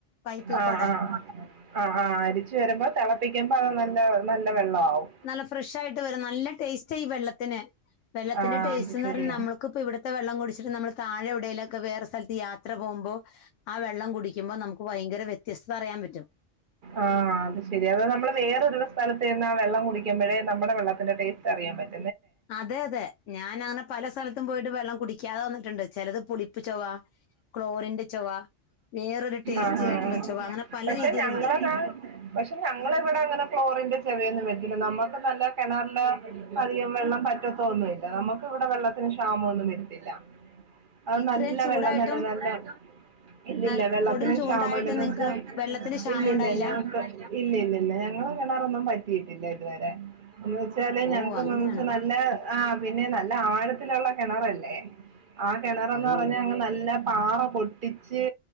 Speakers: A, on the left; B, on the right.
A: പൈപ്പിൽ കൂടെ
B: അ ആഹ് അ. ആ ആഹ്, അരിച്ചു വരുമ്പോ തിളപ്പിക്ക്പോ അത് നല്ല നല്ല വെള്ളാവും.
A: നല്ല ഫ്രഷായിട്ട് വരും. നല്ല ടേസ്റ്റ് വെള്ളത്തിന്, വെള്ളത്തിന്റെ
B: ആഹ്
A: ടേസ്റ്റ്
B: അത്
A: എന്ന്
B: ശരി
A: പറഞ്ഞ നമ്മക്കിപ്പ ഇവിടുത്തെ വെള്ളം കുടിച്ചിട്ട് നമ്മള് താഴെവിടേലൊക്കെ വേറെ സ്ഥല ത്ത് യാത്ര പോകുമ്പോ, ആ വെള്ളം കുടിക്കുമ്പോ നമുക്ക് ഭയങ്കര വ്യത്യസ്ത അറിയാൻ പറ്റും.
B: ആഹ അത് ശരി. അത് നമ്മള് വേറെരു സ്ഥലത്ത് ചെന്നാ ആ വെള്ളം കുടിക്കുമ്പോഴേ നമ്മുടെ വെള്ളത്തിന്റെ ടേസ്റ്റ് അറിയാൻ പറ്റു.
A: അതെ അതെ, ഞാൻ അങ്ങനെ പല സ്ഥലത്തും പോയിട്ട് വെള്ളം കുടിക്കാതെ വന്നിട്ടുണ്ട് ചിലത് പുളിപ്പ്ച്ചൊവാ. ക്ലോറിന്റെ ചൊവ, വേറൊരു ടേസ്റ്റി
B: ആഹാ
A: ആയിട്ടുള്ള ചൊവ അങ്ങനെ പല
B: പക്ഷെ
A: രീതിയിലുണ്ട്.
B: ഞങ്ങളതാ പക്ഷെ ഞങ്ങള ഇവിടെ അങ്ങനെ ഫ്ലോറിന്റെ ചെവയൊന്നും വത്തില്ല. നമ്മുക്ക് നല്ല കിണറില്... അധികം വെള്ളം പറ്റത്തോ ഒന്നുല്ല. നമുക്ക് അവിടെ വെള്ളത്തിന് ക്ഷാമൊന്നും വരുത്തില്ല. അത്
A: ഇത്രയും
B: നല്ല
A: ചൂടായിട്ടും
B: വെള്ളം തന്നെ, നല്ല... ഇല്ലല്ല
A: ന-
B: വെള്ളത്തിനും
A: കൊടും ചൂണ്ടായിട്ടും
B: ക്ഷാമ എന്ന് വെച്ച...
A: നിങ്ങക്ക് വെള്ളത്തിന് ക്ഷാമം
B: ഇല്ല
A: ഉണ്ടായില്ല
B: ഇല്ല നമുക്ക്... ഇല്ല ഇല്ലല്ല ഞങ്ങള് കിണറൊന്നും വറ്റിയിട്ടില്ല ഇതുവരെ. എന്ന് വെച്ചാല്
A: ഓ
B: ഞങ്ങക്കന്ന്
A: അങ്ങനെയാണോ
B: വെച്ചാ നല് പിന്നെ ആ പിന്നെ നല്ല ആഴത്തിലുള്ള കിണറല്ലേ? ആ കിണറന്ന്
A: ഓ
B: പറഞ്ഞ അങ്ങ് നല്ല പാറ പൊട്ടിച്ച്...